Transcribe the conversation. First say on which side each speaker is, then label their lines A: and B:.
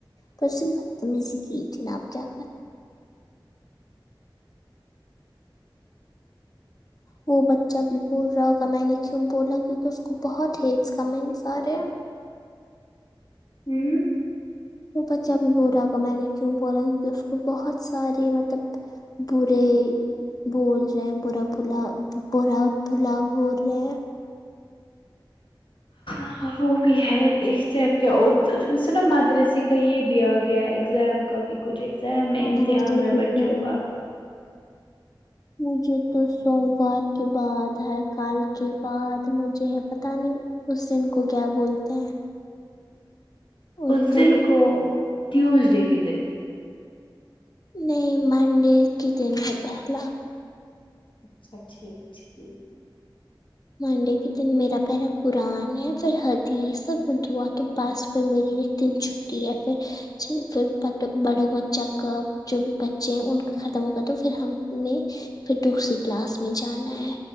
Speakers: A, on the left (about 45°); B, on the left (about 75°).
A: پرسم بدتمی کی تھی نا آپ کیا کرے وہ بچہ بھی بول رہا ہوگا میں نے کیوں بولا کیوںکہ اس کو بہت ہیٹز کمیٹس آر ہے
B: ہوں
A: وہ بچہ بھی بولارا ہو گا میں نے کیوں بولا کیونکہ اس کو بہت سارے مطلب بورے بول رہے ہیں برا بلا برا بلا بول رہے ہیں
B: ہاں وہ بھی ہے دیکھتے ہے اب کیا اور سے نا مدرس کا یہ بھی آ گیا ہے ایگزام کا بھی کچھ ایگزام ہے
A: ہاں
B: امتحان
A: مجھے
B: ہے بچوں
A: تو
B: کا
A: مجھے تو سوموار کے بعد ہے کل کے بعد مجھےہے پتہ نہیں اس دن کو کیا بولتے ہیں اردو
B: اس دن کو
A: میں
B: ٹیوزڈے کے دن
A: نہیں منڈے کے دن ہے پہلا
B: اچھا ٹھیک ٹھیک
A: منڈے کے دن میرا پہرا قرآن ہے پھر حدیث اور پھر دعاتو بس پھر میریط دن چھٹی ہے پھر پھر باتا بڑوں بچہ کا جو بھی بچے ہیں ان کا ختم ہو گا تو پھر ہم میں پھر دوسری کلاس میں جانا ہے